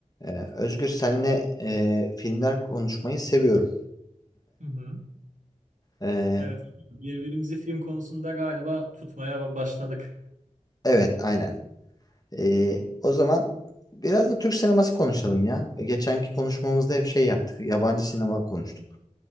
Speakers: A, on the left; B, on the right.
A: Ee, Özgür senle e, filmler konuşmayı seviyorum.
B: Hı hı.
A: Ee,
B: Evet, birbirimizi film konusunda galiba tutmaya başladık.
A: evet aynen. Ee, o zaman biraz da Türk sineması konuşalım ya. E, Geçenki konuşmamızda hep şey yaptık. Yabancı sinema konuştuk.